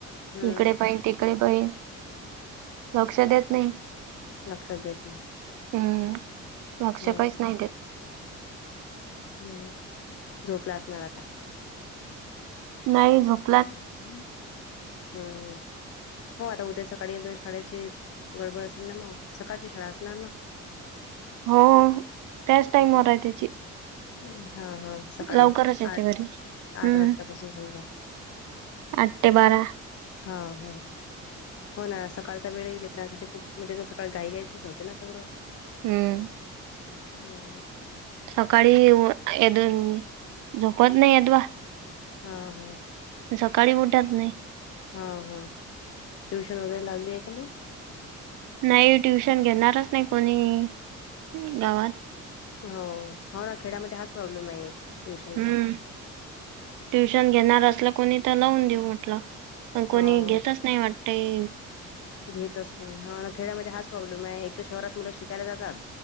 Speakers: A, on the left; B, on the right.
A: हम्म.
B: इकडे पाहीन तिकडे पाहीन,
A: <inaudible>
B: लक्ष देत नाही
A: लक्षात देत नाही
B: <inaudible> हम् <inaudible> लक्ष
A: हो
B: काहीच नाही देत.
A: हम्म <inaudible> झोपला असणार आता.
B: नाही झोप
A: <unintelligible> हम हो आता उद्या सकाळी अजून शाळेची गडबड असेल ना मग सकाळची शाळा असणार ना
B: हो, त्याच टाइमवर आहे त्याची
A: हम ह, ह. सकाळी
B: लवकरच येते
A: आठ,
B: घरी
A: आठ
B: हम्म
A: वाजता पासून
B: आठ ते बारा
A: <unintelligible> हा ह हो ना सकाळचा वेळ येई लेकरांसाठी खूप म्हणजे सकाळ घाई गायच होते ना सगळं
B: हम्म,
A: हम्म,
B: सकाळी अय दन झपत नाही तव
A: हा ह,
B: सकाळी उठत नाही.
A: हा हा, ट्युशन वगैरे लावली आहे का मग
B: नाही ट्युशन घेणारच नाही कोणी <inaudible> गावात.
A: हो, हो ना खेड्यामध्ये हाच प्रॉब्लेम आहे. ट्युशनचा
B: हम्म, <inaudible> ट्युशन घेणार असलं कोणी तर लावून देऊ म्हटलं. पण कोणी
A: हो हो
B: घेतच नाही वाटतय
A: घेतच नाही, ह खेड्यामध्ये हाच प्रॉब्लेम आहे. एक तर शहरात मुलं शिकायला जातात.